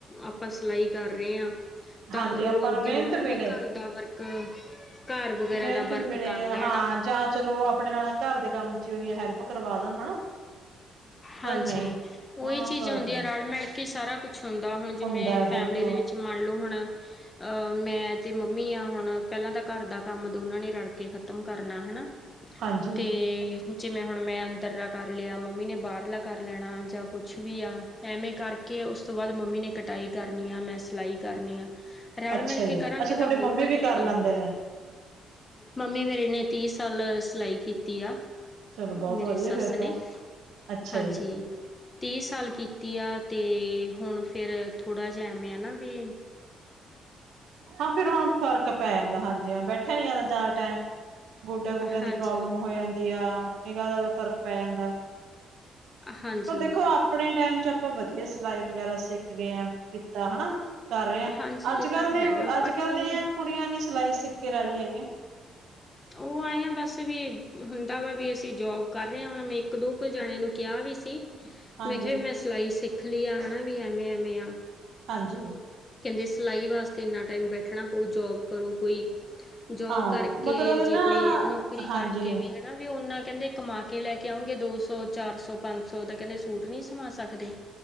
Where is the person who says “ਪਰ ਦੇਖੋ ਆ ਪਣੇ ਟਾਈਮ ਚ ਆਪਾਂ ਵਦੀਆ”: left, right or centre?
Right